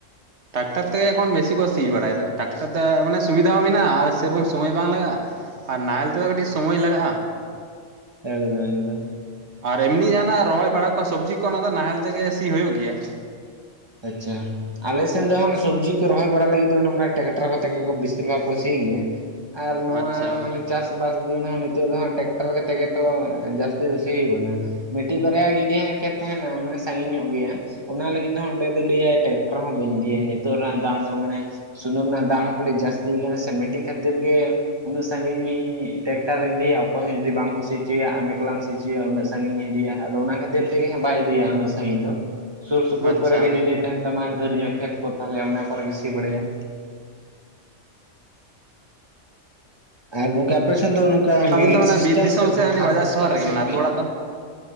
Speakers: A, on the right (about 65°); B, on the right (about 25°).
A: ᱴᱟᱠᱴᱟᱨ ᱛᱮᱜᱮ ᱮᱠᱷᱚᱱ ᱵᱮᱥᱤ ᱠᱚ ᱥᱤ ᱵᱟᱲᱟᱭᱮᱫᱟ ᱴᱟᱠᱴᱟᱨ ᱫᱚ ᱢᱟᱱᱮ ᱥᱩᱵᱤᱫᱷᱟ ᱦᱚᱸ ᱢᱮᱱᱟᱜᱼᱟ ᱟᱨ ᱥᱮᱨᱚᱠᱚᱢ ᱥᱚᱢᱚᱭ ᱵᱟᱝ ᱞᱟᱜᱟᱜᱼᱟ᱾ ᱟᱨ ᱱᱟᱦᱮᱞ ᱛᱮᱫᱚ ᱠᱟᱹᱴᱤᱡ ᱥᱚᱢᱳᱚᱭ ᱞᱟᱜᱟᱜᱼᱟ᱾
B: ᱮᱠᱫᱟᱢ ᱮᱠᱫᱟᱢ᱾
A: ᱟᱨ ᱮᱢᱱᱤ ᱡᱟᱦᱟᱸᱱᱟᱜ ᱨᱚᱦᱚᱭ ᱵᱟᱲᱟ ᱠᱚ ᱥᱚᱵᱽᱡᱤ ᱠᱚ ᱚᱱᱟ ᱫᱚ ᱱᱟᱦᱮᱞ ᱛᱮᱜᱮ ᱥᱤ ᱦᱚᱭᱳᱜ ᱜᱮᱭᱟ᱾
B: ᱟᱪᱪᱷᱟ᱾ ᱟᱞᱮ ᱥᱮᱱ ᱫᱚ ᱦᱟᱸᱝ ᱥᱚᱵᱽᱡᱤ ᱠᱚ ᱨᱚᱦᱚᱭ ᱵᱟᱲᱟ ᱞᱟᱹᱜᱤᱫ ᱫᱚ ᱱᱚᱝᱠᱟ ᱴᱨᱟᱠᱴᱟᱨ ᱠᱚᱛᱮ ᱜᱮ ᱵᱤᱥᱤᱨ ᱵᱷᱟᱜᱽ ᱠᱚ ᱥᱤ ᱜᱮᱭᱟ᱾ ᱟᱨ ᱱᱚᱣᱟ
A: ᱟᱪᱪᱷᱟ
B: ᱢᱟᱱᱮ ᱪᱟᱥᱵᱟᱥ ᱫᱤᱱ ᱦᱚᱸ ᱱᱤᱛᱚᱜ ᱫᱚ ᱦᱟᱸᱜ ᱴᱮᱠᱴᱟᱨ ᱠᱟᱛᱮ ᱜᱮ ᱛᱚ ᱡᱟᱹᱥᱛᱤ ᱫᱚ ᱥᱤ ᱦᱩᱭᱩᱜ ᱠᱟᱱᱟ᱾ ᱢᱤᱫᱴᱤᱡ ᱵᱟᱨᱭᱟ ᱡᱩᱫᱤ ᱦᱟᱸᱜ ᱠᱷᱮᱛ ᱛᱟᱦᱮᱱᱟ ᱢᱟᱱᱮ ᱥᱟᱺᱜᱤᱧ ᱧᱚᱜ ᱜᱮᱭᱟ ᱦᱟᱸᱜ, ᱚᱱᱟ ᱞᱟᱹᱜᱤᱫ ᱚᱸᱰᱮ ᱫᱚ ᱞᱟᱹᱭᱟᱭ ᱴᱨᱟᱠᱴᱟᱨ ᱦᱚᱸ ᱵᱟᱹᱧ ᱤᱫᱤᱭᱟ ᱱᱤᱛᱚᱜ ᱨᱮᱱᱟᱜ ᱫᱟᱢ ᱫᱚ ᱢᱟᱱᱮ ᱥᱩᱱᱩᱢ ᱨᱮᱱᱟᱜ ᱫᱟᱢ ᱦᱚᱸ ᱠᱟᱹᱴᱤᱡ ᱡᱟᱹᱥᱛᱤᱭ ᱠᱟᱱᱟ ᱥᱮ ᱢᱤᱫᱴᱤᱡ ᱠᱷᱟᱹᱛᱤᱨ ᱜᱮ ᱩᱱᱟᱹᱜ ᱥᱟᱺᱜᱤᱧ ᱜᱤᱧ ᱴᱮᱠᱴᱟᱨᱤᱧ ᱤᱫᱤᱭᱟ ᱚᱠᱚᱭ ᱦᱚᱸ ᱡᱩᱫᱤ ᱵᱟᱝ ᱠᱚ ᱥᱤᱪᱚᱭᱟ ᱟᱢ ᱮᱠᱞᱟᱢ ᱥᱤᱪᱚᱭᱟ ᱩᱱᱟᱹᱜ ᱥᱟᱜᱤᱧ ᱤᱫᱤᱭᱟ ᱦᱟᱸᱜ ᱟᱫᱚ ᱚᱱᱟ ᱠᱷᱟᱹᱛᱤᱨ ᱛᱮᱜᱮ ᱦᱟᱸᱜ ᱵᱟᱭ ᱤᱫᱤᱭᱟ ᱩᱱᱟᱹᱜ ᱥᱟᱜᱤ ᱫᱚ᱾ ᱥᱩᱨ ᱥᱩᱯᱩᱨ
A: ᱟᱪᱪᱷᱟ
B: ᱠᱚᱨᱮ ᱜᱮ ᱡᱩᱫᱤ ᱛᱟᱦᱮᱱ ᱛᱟᱢᱟ ᱫᱷᱮᱨ ᱧᱚᱜ ᱠᱷᱮᱛ ᱠᱚ ᱛᱟᱦᱚᱞᱮ ᱚᱱᱟ ᱠᱚᱨᱮ ᱜᱮ ᱥᱤᱵᱲᱟᱭᱟ᱾ ᱟᱨ ᱜᱚᱝᱠᱮ ᱟᱯᱮᱥᱮᱱ ᱫᱚ ᱱᱚᱝᱠᱟ ᱢᱤᱱᱤᱴ
A: ᱟᱹᱵᱤᱱ ᱫᱚ ᱢᱟᱱᱮ
B: ᱥᱤᱥᱴᱮᱢ
A: ᱵᱤᱨ ᱫᱤᱥᱚᱢ
B: ᱥᱮ ᱜᱷᱚᱱᱴᱟ
A: ᱩᱱᱤ ᱵᱟᱡᱟᱨ
B: ᱥᱤᱥᱴᱮᱢ
A: ᱥᱚᱦᱚᱨ ᱨᱮᱜᱮ
B: ᱥᱮ
A: ᱢᱟᱱᱮ ᱟᱹᱛᱩ
B: ᱵᱤ
A: ᱚᱲᱟᱜ ᱫᱚ